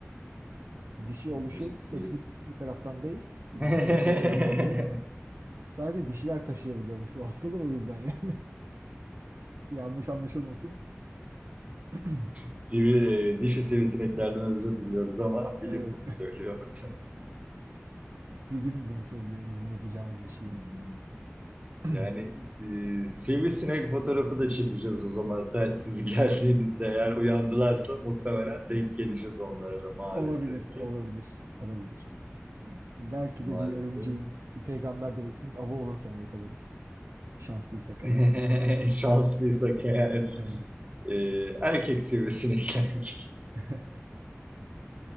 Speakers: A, on the right; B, on the right.
A: Dişi oluşu
B: Abi
A: seksist
B: diye.
A: bir taraftan değil, cinsiyetçi
B: <laughs>
A: bir taraftan değil. Sadece dişiler taşıyabiliyormuş bu hastalığı o yüzden yani. <laughs> Yanlış anlaşılmasın. <clears throat>
B: Sivri, e, dişi sivrisineklerden özür diliyoruz ama bilim
A: Evet,
B: bunu söylüyordu.
A: bilim bunu söylüyor. Bizim yapacağımız bir şey
B: Hmm.
A: yok. <clears throat>
B: Yani si, sivrisinek fotoğrafı da çekeceğiz o zaman. Sen, siz geldiğinizde eğer uyandılarsa muhtemelen denk geleceğiz onlara da maalesef
A: Olabilir,
B: ki.
A: olabilir, olabilir. Belki
B: Maalesef.
A: de bir örümceğin, bir peygamber devesinin avı olurken yakalarız. Şanslıysak eğer.
B: <laughs> Şanslıysak eğer.
A: Evet.
B: e, erkek seviyesine iner. <laughs>
A: <laughs>